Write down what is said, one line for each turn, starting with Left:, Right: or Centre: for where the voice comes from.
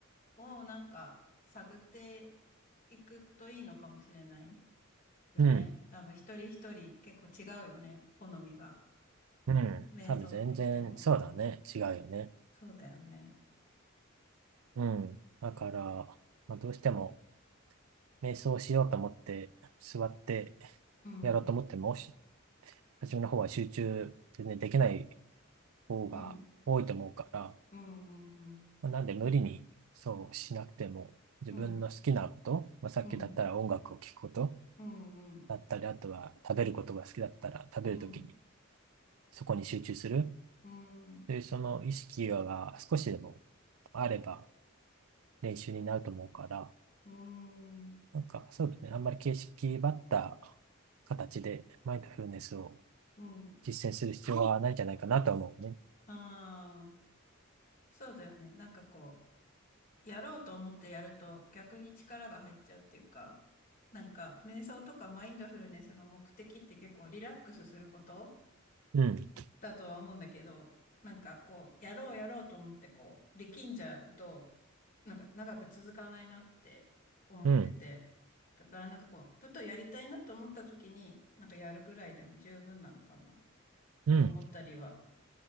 Left: をなんか探っていくといいのかもしれないよね。
Right: うん、
Left: 多分一人一人結構違うよね。好みが。
Right: うん。
Left: 瞑想って言っても。
Right: 多分全然、そうだね。違うよね。
Left: そうだよね。
Right: うん。だから、まあ、どうしても、瞑想しようと思って、座って
Left: うん。
Right: やろうと思っても、初めの方は集中全然できない方が多いと思うから、
Left: うん。うん。うん。
Right: まあ、なんで無理にそうしなくても、自分の好きなこと、
Left: うん。
Right: まあ、さっきだったら音楽を聴くこと
Left: うん。うん。うん。
Right: だったり、あとは食べることが好きだったら食べるときに
Left: うん。
Right: そこに集中する
Left: うん。
Right: というその意識が少しでもあれば練習になると思うから、
Left: うん。
Right: なんかそうですね、あんまり形式ばった形でマインドフルネスを
Left: うん。
Right: 実践する必要はないんじゃないかなとは思うね。
Left: ああ、そうだよね。なんかこう。やろうと思ってやると逆に力が入っちゃうっていうか、なんか瞑想とかマインドフルネスの目的って結構リラックスすること
Right: うん、
Left: だとは思うんだけど、なんかこう、やろうやろうと思ってこう、力んじゃうと、なんか長く続かないなって思ってて、
Right: うん、
Left: だからなんかこう、ふとやりたいなと思った時に、なんかやるぐらいでも十分なのかな
Right: うん、
Left: と思ったりは